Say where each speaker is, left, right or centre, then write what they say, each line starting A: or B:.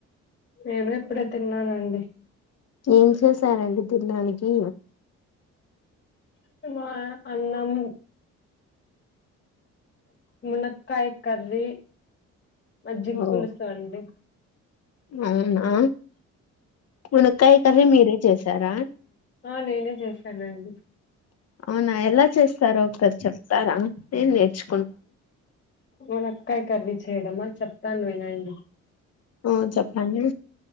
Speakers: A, on the left; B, on the left.
A: నేను ఇప్పుడే తిన్నానండి
B: ఏం చేశారండి తినడానికి
A: సిని మా అన్నం మునకాయి కర్రీ మజ్జిగ
B: ఓ
A: పులుసు అండి
B: అవునా మునకాయి కర్రీ మీరే చేసారా
A: ఆ నేనే చేశానండి
B: అవునా ఎలా చేస్తారో ఒకసారి చెప్తారా నేను నేర్చు
A: మనక్కాయ కర్రీ చేయడమా చెప్తాను వినండి
B: ఆ చెప్పండి